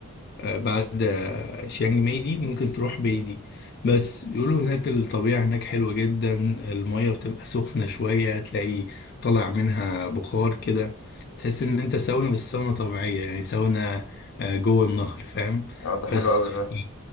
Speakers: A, on the left; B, on the left.
A: آه، بعد آه، شيانج ماي دي ممكن تروح بايدي بس يقولوا هناك الطبيعة هناك حلوة جدا المية بتبقى سخنة شوية تلاقي طالع منها بخار كده تحس ان انت ساونا بس ساونا طبيعية يعني ساونا آه، جوه النهر فاهم
B: آه، ده حلو
A: بس
B: قوي ده
A: ف-